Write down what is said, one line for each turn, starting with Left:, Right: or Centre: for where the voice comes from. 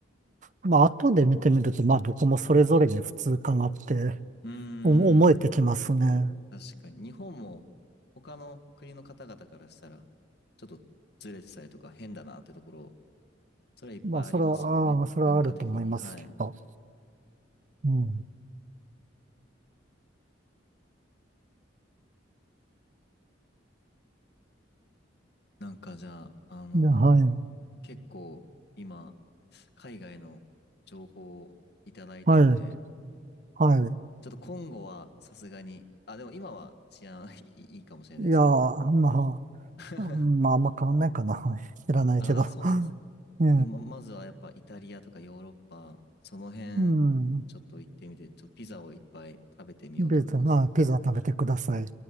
Right: まあ、後で見てみると、まあ、どこもそれぞれに普通かなって
Left: うーん。
Right: 思思えてきますね。
Left: 確かに。日本も、他の国の方々からしたら、ちょっとずれてたりとか変だなってところ、それはいっぱいありますもんね。
Right: まあ、それは、ああ、それはあると思いますけど。
Left: 文化的に。はい。
Right: うん
Left: なんかじゃあ、あのー
Right: ではい、
Left: 結構、今、海外の情報をいただいたので、
Right: はい、はい。
Left: ちょっと今後はさすがに、あ、でも今は治安 <laughs> いいいいかもしれないですけど
Right: いやー、ま
Left: <laughs>
Right: あ、うんまあ、あんま変わんないかな。<laughs> 知らないけど。
Left: ああ、そうなんです。ち
Right: <laughs> う
Left: ょっとま、まずはやっぱイタリアとかヨーロッパ、その辺、
Right: うん。
Left: ちょっと行ってみて、ちょっとピザをいっぱい食べてみようと思います。
Right: ビザ、まあ、ピザ食べてください。